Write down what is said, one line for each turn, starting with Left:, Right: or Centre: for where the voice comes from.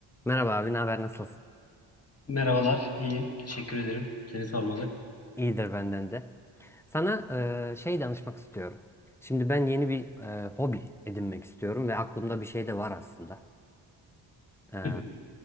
Centre: Merhaba abi, ne haber, nasılsın?
Left: Merhabalar, iyiyim. Teşekkür ederim. Seni sormalı.
Centre: İyidir benden de. Sana e, şey danışmak istiyorum. Şimdi ben yeni bir e, hobi edinmek istiyorum ve aklımda bir şey de var aslında. E,
Left: Hı hı,